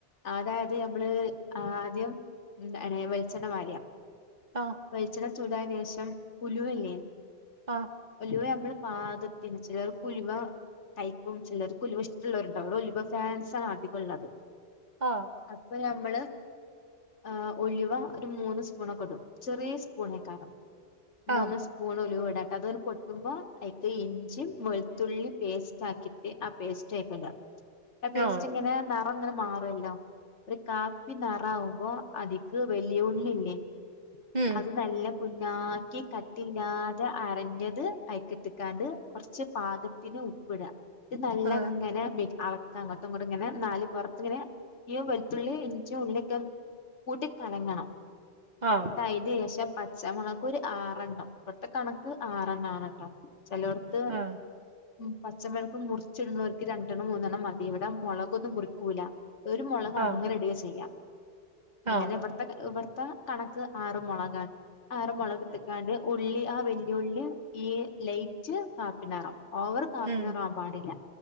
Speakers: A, on the left; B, on the right.
A: അതായത് നമ്മള് ആദ്യം ഉ അണ വെളിച്ചണ് മാര്യ
B: ആ
A: വൈച്ചില ചൂടായെന് ശേഷം ഉലുവല്ലേ
B: ആ
A: ഉലുവ ഇവിടെ പാകത്തിന് ചിലർകുലിവ കയിക്കും ചിലർ കുലിവ ഇഷ്ടമുള്ളവരുണ്ടവും അവിടെ ഒലിവ ഫാൻസ ആണ് അധികം ഉള്ളത്.
B: ആ
A: അപ്പൊ നമ്മള് ആഹ് ഉലുവ ഒരു മൂന്ന് സ്പൂൺൊക്കെ ഇടും ചെറിയ സ് പുണിക്കാരം മൂന്ന്
B: ആ
A: സ്പൂൺ ഉലുവടാൻ അതൊന്ന് പൊട്ടുമ്പോ അഐക്ക ഇഞ്ചി വെളുത്തുള്ളി പേസ്റ്റ് ആക്കിട്ട ആ പേസ്റ്റ് ആയിക്കട പേസ്റ്റിങ്ങനെ
B: ആ
A: റഅങ്ങനെ മാറുമല്ലോ ഒരു കാപ്പി നിറ ആവുമ്പോ അതിക്ക് വലിയ ഉള്ളില്ലേ
B: ഉം
A: അത് നല്ല കുഞ്ഞാക്കി കത്തില്ലാതെ അരഞ്ഞത് കൈക്കിട്ടിക്കാണ്ട് കുറച്ച് പാകത്തിന് ഉപ്പിടാം ഇത് നല്ല
B: ആ
A: ഇങ്ങനെ വെയ് അളക്ക അങ്ങോട്ടും ഇങ്ങോട്ടും ഇങ്ങനെ നാല് പുറത്ത്ങ്ങനെ ഈ വെലുത്തുള്ളി ഇഞ്ചിയും ഉള്ളിയക്കെ കൂട്ടി കലങ്ങണം
B: ആ
A: ഉന്ത ഇത് ശം പച്ചമുണക്ക് ഒരു ആറെണ്ണം ഇവിത്തെ കണക്ക് ആറെണ്ണം ആണ് കേട്ടോ ചിലോട്ത്ത്
B: ആ
A: ഉം പച്ചമിളക്ക് മുറിച്ചിടുന്നവർക്ക് രണ്ടെണ്ണം മൂന്നെണ്ണം മതി ഇവിടെ മുളകൊന്നും മുറിക്കൂല ഒരു മുളക്
B: ആ
A: അങ്ങനെ ഇടുക ചെയ്യാം
B: ആ
A: അങ്ങനെ ഇവിടത്തെ ഇ ഇപ്പ കണക്ക് ആറ മുളകണ് ആറ മുളക്എത്ത്ക്കാണ്ട് ഉള്ളി ആ വെല്ലുളി ഈ ലൈറ്റ് കാപ്പിനാറാം ഓവർ കാപ്പിനാറാവൻ
B: ഉം
A: പാടില്ല